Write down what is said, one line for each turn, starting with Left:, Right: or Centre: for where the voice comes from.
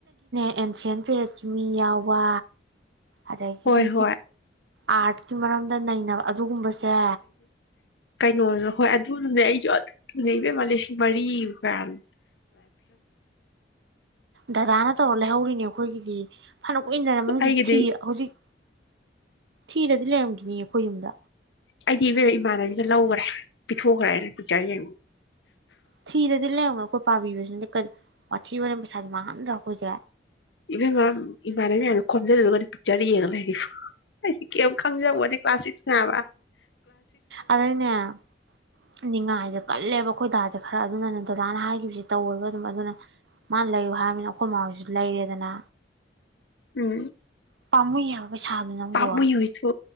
Right: ꯑꯦꯟꯁꯤꯌꯦꯟ ꯄꯦꯔꯠꯀꯤ ꯃꯤ ꯌꯥꯎꯕ ꯑꯗꯒꯤꯗꯤ
Left: ꯍꯣꯏ ꯍꯣꯏ
Right: ꯑꯥꯔꯠꯀꯤ ꯃꯔꯝꯗ ꯅꯩꯅꯕ ꯑꯗꯨꯒꯨꯝꯕꯁꯦ
Left: ꯀꯩꯅꯣ ꯍꯣꯏ ꯑꯗꯨꯅꯅꯦ ꯑꯩꯁꯨ ꯑꯗꯨꯅꯦ ꯏꯕꯦꯝꯃ ꯂꯤꯁꯤꯡ ꯃꯔꯤ ꯐꯪ
Right: ꯗꯗꯥꯅ ꯇꯧꯔ ꯂꯩꯍꯧꯔꯤꯅꯦ ꯑꯩꯈꯣꯏꯒꯤꯗꯤ ꯐꯅ ꯀꯏꯅꯔꯝꯝꯕꯅꯤ ꯍꯧꯖꯤꯛ
Left: ꯑꯩꯒꯤꯗꯤ
Right: ꯊꯤ ꯍꯧꯖꯤꯛ ꯊꯤꯔꯗꯤ ꯂꯩꯔꯝꯈꯤꯅꯤ ꯑꯩꯈꯣꯏ ꯌꯨꯝꯗ
Left: ꯑꯩꯗꯤ ꯏꯕꯦꯝ ꯏꯃꯥꯟꯅꯕꯤꯗ ꯂꯧꯈ꯭ꯔꯦ ꯄꯤꯊꯣꯛꯈ꯭ꯔꯦ ꯍꯥꯏꯅ ꯄꯤꯖꯔꯤꯒꯦ ꯌꯦꯡꯉ
Right: ꯊꯤꯔꯗꯤ ꯂꯦꯅꯣꯏ ꯄꯥꯕꯤꯁꯅ ꯀ ꯊꯕꯔꯝ ꯄꯩꯁꯥꯗꯃꯅ ꯔꯈꯣꯖꯦ
Left: ꯏꯚꯦꯝ ꯃ ꯏꯃꯥꯟꯅꯕ ꯃꯌꯥꯝꯅ ꯈꯣꯝꯖꯤꯜꯂꯒ ꯄꯤꯛꯆꯔ ꯌꯦꯡ ꯂꯩ ꯑꯩꯗꯤ ꯀꯔꯤꯝ ꯈꯪꯖꯕꯣꯅꯦ ꯀ꯭ꯂꯥꯁ ꯁꯤꯛꯁ ꯅꯥꯕ
Right: ꯑꯗꯩꯅꯦ ꯅꯤꯡꯅꯤꯉꯥ ꯍꯥꯏꯁꯦ ꯀꯜꯂꯦꯕ ꯑꯩꯈꯣꯏꯗꯁꯦ ꯈꯔ ꯑꯗꯨꯅꯅꯦꯅ ꯗꯗꯥꯅ ꯍꯥꯏꯈꯤꯕꯁꯦ ꯇꯧꯋꯦꯕ ꯑꯗꯨꯝ ꯑꯗꯨꯅ ꯃꯥ ꯂꯩꯌꯨ ꯍꯥꯏꯃꯤꯅ ꯑꯩꯈꯣꯏ ꯃꯥꯣꯏꯁꯨ ꯂꯩꯔꯦꯗꯅ
Left: ꯎꯝ
Right: ꯄꯥꯝꯨ ꯌꯥꯝ ꯄꯩꯁꯥꯗꯨꯣ ꯅꯪꯕꯣ
Left: ꯄꯥꯝꯃꯨꯏ ꯍꯨꯏꯊꯨ